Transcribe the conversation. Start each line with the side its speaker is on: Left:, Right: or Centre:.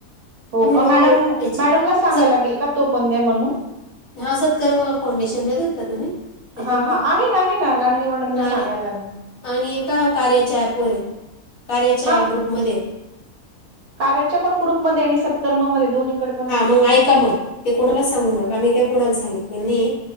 Right: हो
Left: तुम्ही
Right: का,
Left: लो
Right: मॅडम
Left: याचे
Right: मॅडमला सांगाय
Left: सत
Right: लागेल का तो पण द्या म्हणून.
Left: हा सत्कर्म फाउंडेशनमध्ये मध्ये आहेत का तुम्ही? त्याच्यातून
Right: हा हा आहे ना, आहे ना, लांडगे मॅडमला
Left: आणि
Right: सांगायला लागेल.
Left: आणि एका कार्याच्या ऍपवर कार्याच्या
Right: हा
Left: ग्रुपमध्ये
Right: कार्याच्या पण ग्रुपमध्ये आणि सत्कर्मामध्ये दोन कड
Left: हा मग ऐका मग ते कोणाला सांगू नका आ मी काही कोणाला सांगितले नाही.